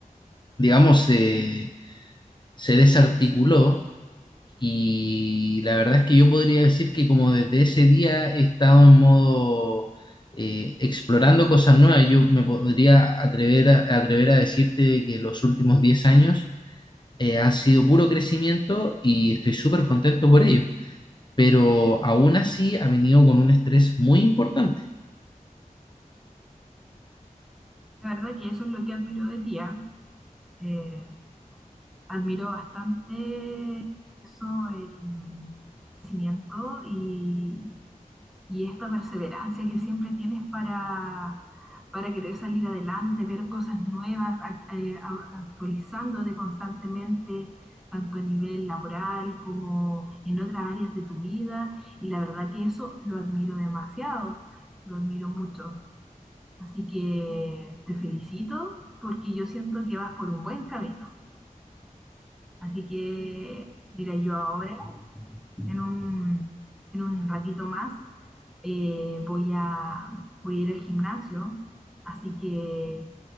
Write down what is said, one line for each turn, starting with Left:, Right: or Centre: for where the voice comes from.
Left: digamos, se, se desarticuló Y la verdad es que yo podría decir que como desde ese día he estado en modo eh, explorando cosas nuevas. Yo me podría atrever a, atrever a decirte que los últimos 10 años eh, han sido puro crecimiento y estoy súper contento por ello. Pero aún así ha venido con un estrés muy importante.
Centre: La verdad que eso es lo que admiro de ti. ¿ah? Eh, admiro bastante eso, el, tu crecimiento y y esta perseverancia que siempre tienes para, para querer salir adelante, ver cosas nuevas, ac- eh, a- actualizándote constantemente, tanto a nivel laboral como en otras áreas de tu vida. Y la verdad que eso lo admiro demasiado, lo admiro mucho. Así que te felicito porque yo siento que vas por un buen camino. Así que diré yo ahora en un, en un ratito más eh, voy a, voy a ir al gimnasio, así que